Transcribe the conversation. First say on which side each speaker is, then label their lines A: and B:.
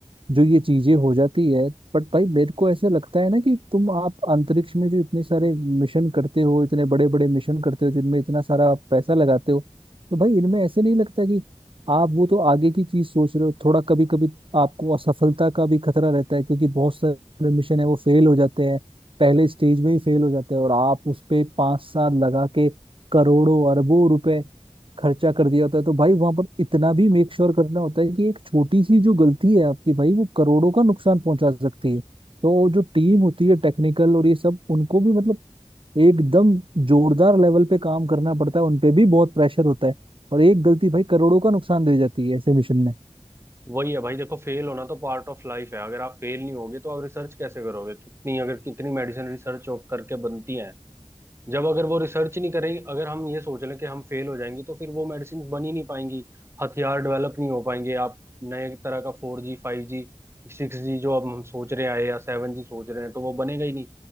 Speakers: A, on the right; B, on the right.
A: जो ये चीजें हो जाती है बट भाई मेरे को ऐसे लगता है ना कि तुम आप अंतरिक्ष में जो इतने सारे मिशन करते हो इतने बड़े बड़े मिशन करते हो जिनमें इतना सारा आप पैसा लगाते हो तो भाई इनमें ऐसे नहीं लगता कि आप वो तो आगे की चीज सोच रहे हो थोड़ा कभी कभी आपको असफलता का भी खतरा रहता है क्योंकि बहुत सारे मिशन है वो फेल हो जाते हैं पहले स्टेज में ही फेल हो जाते हैं और आप उस पे पांच साल लगा के करोड़ों अरबों रुपए खर्चा कर दिया होता है तो भाई वहां पर इतना भी मेक श्योर करना होता है कि एक छोटी सी जो गलती है आपकी भाई वो करोड़ों का नुकसान पहुंचा सकती है तो जो टीम होती है टेक्निकल और ये सब उनको भी मतलब एकदम जोरदार लेवल पे काम करना पड़ता है उनपे भी बहुत प्रेशर होता है और एक गलती भाई करोड़ों का नुकसान दे जाती है ऐसे मिशन में
B: वही है भाई देखो फेल होना तो पार्ट ऑफ लाइफ है अगर आप फेल नहीं होगे तो आप रिसर्च कैसे करोगे कितनी अगर कितनी मेडिसिन रिसर्च करके बनती है जब अगर वो रिसर्च नहीं करेगी अगर हम ये सोच लें कि हम फेल हो जाएंगे तो फिर वो मेडिसिन बन ही नहीं पाएंगी हथियार डेवलप नहीं हो पाएंगे आप नए तरह का फोर जी फाइव जी सिक्स जी जो अब हम सोच रहे हैं या सेवन जी सोच रहे हैं तो वो बनेगा ही नहीं